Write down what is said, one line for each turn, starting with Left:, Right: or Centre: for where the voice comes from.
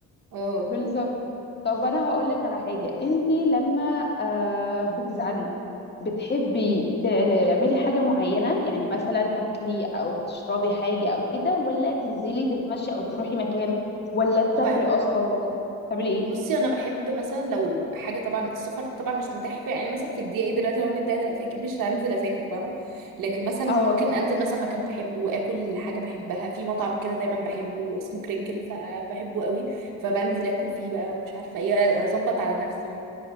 Right: اه
Left: بالظبط طب انا هقول لك على حاجه انت لما آه بتزعلي بتحبي تعملي حاجه معينه يعني مثلا تاكلي او تشربي حاجه او كده ولا تنزلي تتمشي او تروحي مكان ولا تسافري
Right: هو بقى
Left: اصلا ولا تعملي ايه
Right: بصي انا بحب مثلا لو حاجه طبعا السفر طبعا مش متاح فيها يعني مثلا في الدقيقه دي دلوقتي لو أنا متضايقه دلوقتي اكيد مش هنزل اسافر فاهمه لكن مثلا ممكن
Left: اه
Right: انزل مثلا مكان بحبه واكل حاجه بحبها في مطعم كده دايما بحبه اسمه كرينكل فبحبه قوي فبنزل اكل فيه بقى ومش عارفه ايه اظبط على نفسي يعني.